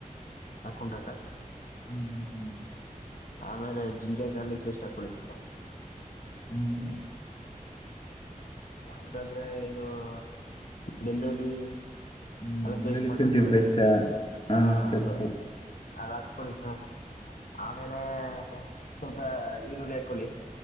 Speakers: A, on the left (about 70°); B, on the left (about 35°).
A: ಹಕಂಟ ಸ
B: ಹ್ಮ್ ಹ್ಮ್ ಹ್ಮ್
A: ಆಮೇಲೆ ಜಿಂಜರ್ ಗಾರ್ಲಿಕ್ ಪೇಸ್ಟ್ ಹಾಕ್ಕೊಳಿ ಸ್ವಲ್ಪ.
B: ಹ್ಮ್.
A: ಹಂಗಾದ್ರೆ ಇದು <inaudible> ಬೆಳ್ಳುಳ್ಳಿ
B: ಹ್ಮ್
A: ಎಲ್ಲ
B: ಬೆಳ್ಳುಳ್ಳಿ
A: ಪೇಸ್ಟ್ ಮಾಡ್ಬಿಡ್ತದಲ್ಲ
B: ಶುಂಠಿ ಪೇಸ್ಟಾ ಹಾ
A: ಹ
B: ಸರಿ
A: ಅದು
B: ಸರಿ
A: ಅದ ಹಾಕೊಳ್ಳಿ ಸ ಆಮೇಲೆ ಸ್ವಲ್ಪ ಈರುಳ್ಳಿ
B: ಈಗ
A: ಹಾಕ್ಕೊಳ್ಳಿ